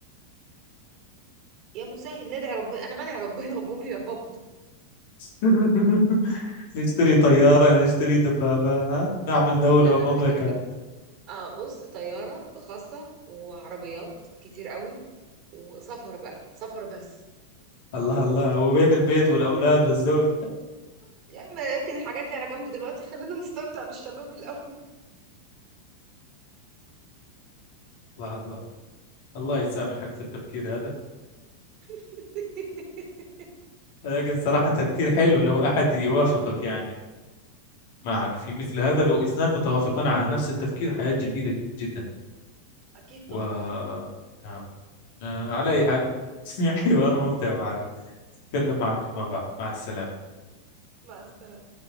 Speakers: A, on the right (about 40°); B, on the left (about 50°).
A: يا مسهل ندعي ربنا انا بدعي ربنا وبقول يا رب
B: <laughs> نشتري طيارة نشتري دبابة ها؟ نعمل دولة
A: لا لا
B: ومملكة
A: مش ذنب اه بص طياره خاصه وعربيات كتير قوي وسفر بقى سفر بس
B: الله الله وبين البيت والأولاد والزوج
A: يا عم اركن الحاجات دي على جنب دلوقتي خلينا نستمتع بالشباب الاول
B: الله الله الله يسامحك في التفكير هذا
A: <laughs>
B: لكن صراحة تفكير حلو لو أحد يوافقك يعني معك في مثل هذا لو اثنان متوافقان على نفس التفكير حياة جميلة جدا
A: أكيد طبعا
B: و نعم آه، على أي حال <laughs> حوار ممتع معك أتكلم معك فيما بعد مع السلامة
A: مع السلامة